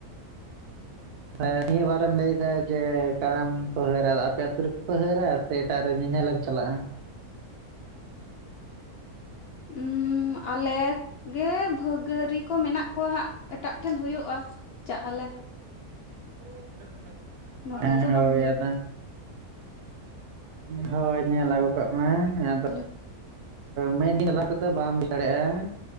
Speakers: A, on the right; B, on the left.
A: ᱮᱻ ᱱᱤᱭᱟᱹ ᱵᱟᱨᱮᱢ ᱞᱟᱹᱭᱫᱟ ᱡᱮᱼᱼ ᱠᱟᱨᱟᱢ ᱠᱚ ᱦᱟᱹᱨᱟ ᱟᱫᱚ ᱟᱯᱮ ᱟᱹᱛᱩ ᱨᱮ ᱠᱚ ᱦᱟᱹᱨᱟ ᱥᱮ ᱮᱴᱟᱜ ᱨᱮ ᱧᱮᱧᱮᱞᱮᱢ ᱪᱟᱞᱟᱜᱼᱟ?
B: ᱩᱸᱻ ᱟᱞᱮ ᱜᱮ ᱵᱷᱟᱹᱜᱟᱹᱨᱤᱼᱼ ᱠᱚ ᱢᱮᱱᱟᱜ ᱠᱚᱣᱟ ᱦᱟᱸᱜ ᱮᱴᱟᱜ ᱴᱷᱮᱱ ᱦᱳᱭᱳᱜᱼᱟ ᱪᱟᱜᱼᱟᱞᱮ᱾
A: <unintelligible>
B: ᱱᱚᱰᱮ
A: ᱮᱸ
B: ᱫᱚ
A: ᱦᱳᱭ
B: ᱵᱟᱝ ᱦᱩᱭᱩᱜᱼᱟ
A: ᱟᱫᱚᱼᱼ ᱦᱮᱸ ᱦᱳᱭ ᱧᱮᱞ ᱟᱹᱜᱩ ᱠᱟᱜ ᱢᱮ, ᱟᱫᱚ
B: <inaudible>
A: ᱢᱤᱫ ᱫᱤᱱ ᱡᱟᱞᱟ ᱛᱮᱫᱚ ᱵᱟᱢ ᱦᱩᱭ ᱫᱟᱲᱮᱭᱟᱜᱼᱟ